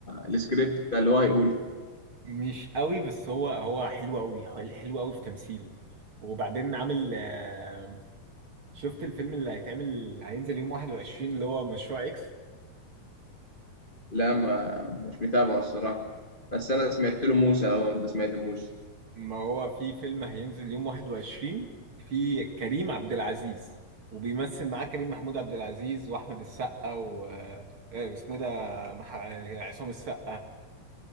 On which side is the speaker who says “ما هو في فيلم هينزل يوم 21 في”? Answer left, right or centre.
Right